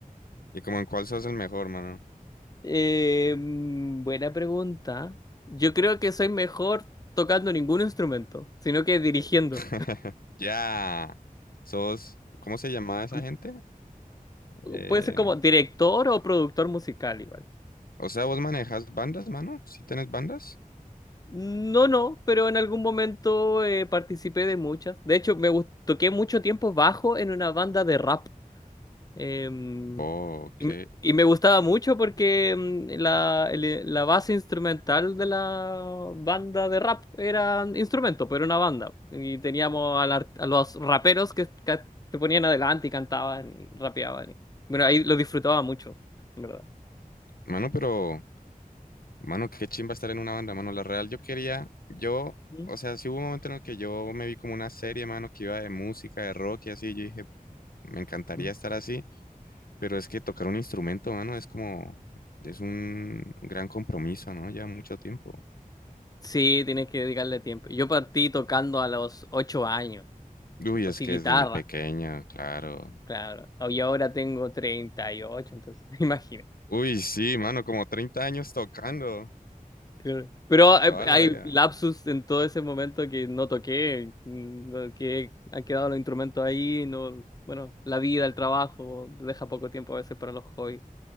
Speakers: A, on the left; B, on the left.
A: ¿Y como en cuál sos el mejor, mano?
B: Eh, mm, buena pregunta. Yo creo que soy mejor tocando ningún instrumento, sino que dirigiendo.
A: <laughs> Ya. Sos, ¿cómo se llamaba esa
B: Com-
A: gente? Eh,
B: Puede ser como director o productor musical igual.
A: o sea, vos manejas bandas, mano. ¿Sí tenés bandas?
B: No, no, pero en algún momento eh, participé de muchas. De hecho, me gust- toqué mucho tiempo bajo en una banda de rap. Em,
A: Bo, ok.
B: y, me y me gustaba mucho porque em, la, el- la base instrumental de la banda de rap era instrumento, pero una banda. Y teníamos a, la- a los raperos que, que se ponían adelante y cantaban y rapeaban. y- bueno, ahí lo disfrutaba mucho, en verdad.
A: Mano, pero, mano, qué chimba estar en una banda, mano. La real, yo quería, yo,
B: Mm.
A: o sea, sí hubo un momento en el que yo me vi como una serie, mano, que iba de música, de rock y así. Yo dije, me encantaría
B: Mm.
A: estar así, pero es que tocar un instrumento, mano, es como, es un gran compromiso, ¿no? Lleva mucho tiempo.
B: Sí, tienes que dedicarle tiempo. Yo partí tocando a los 8 años,
A: Uy,
B: así
A: es que
B: guitarra,
A: desde muy pequeña, claro.
B: claro. Y ahora tengo treinta y ocho entonces, <laughs> imagina.
A: Uy, sí, mano, como 30 años tocando
B: Claro. Pero hay,
A: toda
B: hay
A: la vida.
B: lapsus en todo ese momento que no toqué, mm, no, que han quedado los instrumentos ahí, no, bueno, la vida, el trabajo, deja poco tiempo a veces para los hobbies.